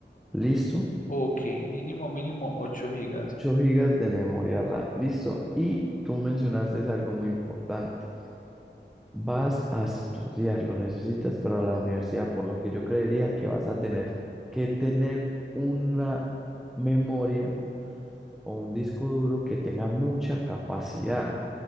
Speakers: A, in the centre; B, on the left.
A: ¿Listo?
B: Ok, mínimo, mínimo 8 gigas.
A: ocho gigas de memoria RAM. ¿Listo? Y tú mencionaste es algo muy importante. Vas a estudiar, lo necesitas para la universidad, por lo que yo creería que vas a tener que tener una memoria o un disco duro que tenga mucha capacidad.